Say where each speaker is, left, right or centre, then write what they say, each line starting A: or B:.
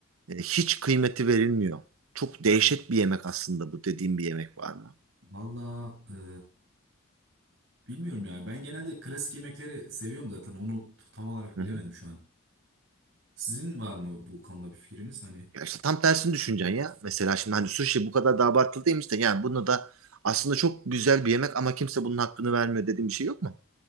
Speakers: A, on the right; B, on the right.
A: E, hiç kıymeti verilmiyor. Çok dehşet bir yemek aslında bu dediğim bir yemek var mı?
B: valla e, bilmiyorum ya. Ben genelde klasik yemekleri seviyorum zaten. Onu t- tam olarak
A: Hı
B: bilemedim
A: hı.
B: şu an. Sizin var mı bu konuda bir fikriniz? Hani
A: Ya işte tam tersini düşüneceksin ya. Mesela şimdi hani sushi bu kadar da abartılı değilmiş de yani bunu da aslında çok güzel bir yemek ama kimse bunun hakkını vermiyor dediğim bir şey yok mu?